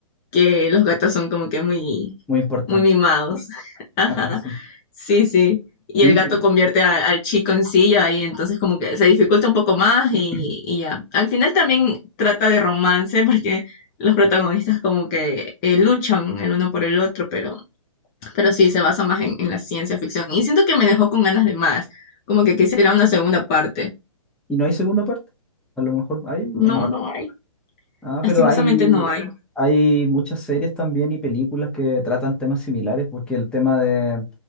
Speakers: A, on the left; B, in the centre.
A: que los gatos son como que muy,
B: Muy importante.
A: muy mimados. <laughs> Ajá.
B: Ah, sí.
A: Sí, sí. Y
B: Sí,
A: el gato
B: sí.
A: convierte a- al chico en silla y entonces como que se dificulta un poco más
B: <clears throat>
A: y, y ya. Al final también trata de romance porque los protagonistas como que eh, luchan el uno por el otro, pero, pero sí se basa más en, en la ciencia ficción. Y siento que me dejó con ganas de más, como que quisiera una segunda parte.
B: ¿Y no hay segunda parte? A lo mejor hay
A: No,
B: o no.
A: no hay.
B: Ah,
A: Lastimosamente
B: pero hay,
A: no hay.
B: hay muchas series también y películas que tratan temas similares, porque el tema de,